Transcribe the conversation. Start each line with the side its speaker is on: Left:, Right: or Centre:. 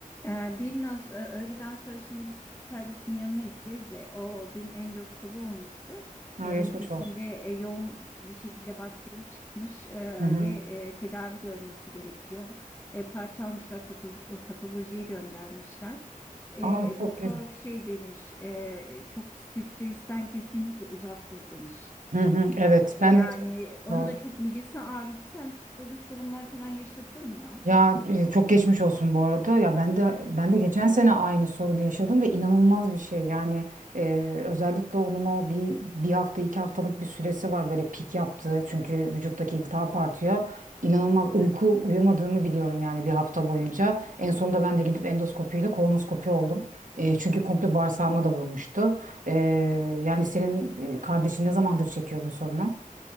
Left: Ee, bir naz e, öğleden sonra şimdi biz kız kardeşimin yanına gideceğiz. de, O dün endoskopi olmuştu.
Right: Ha,
Left: E,
Right: geçmiş
Left: midesinde
Right: olsun.
Left: e, yoğun bir şekilde bakteri çıkmış e,
Right: Hı hı.
Left: ve e, tedavi görmesi gerekiyor. E, parçalmışlar pato- patolojiye göndermişler. E,
Right: Aa, çok
Left: doktor
Right: geç.
Left: şey demiş e, çok stresten kesinlikle uzak dur demiş.
Right: Hı hı. Evet,
Left: E,
Right: ben
Left: Yani
Right: de yaşadım.
Left: onun
Right: Doğru.
Left: da çok midesi ağrıyor. Sen hiç böyle sorunlar falan yaşadın mı?
Right: Ya e, çok geçmiş olsun bu arada. Ya ben de ben
Left: Teşekkürler.
Right: de geçen sene aynı sorunu yaşadım ve inanılmaz bir şey. Yani e, özellikle onun o bir bir hafta iki haftalık bir süresi var böyle pik yaptığı çünkü vücuttaki iltihap artıyor. İnanılmaz uyku uyumadığını biliyorum yani bir hafta boyunca. En sonunda ben de gidip endoskopiyle kolonoskopi oldum. E, çünkü komple bağırsağıma da vurmuştu. E, yani senin e, kardeşin ne zamandır çekiyor bu sorunu?